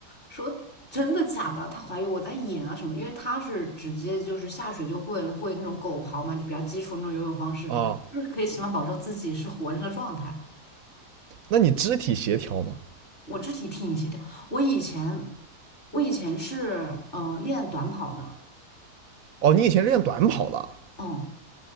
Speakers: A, on the left; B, on the right.
A: 说真的假的，他怀疑我在演啊什么的因为他是直接就是下水就会了，会那种狗刨嘛，就比较基础那种游泳方式，
B: 啊。
A: 就是可以起码保证自己是活着的状态。
B: 那你肢体协调嘛？
A: 我肢体挺协调，我以前我以前是呃练短跑的，
B: 哦，你以前练短跑的，
A: 嗯，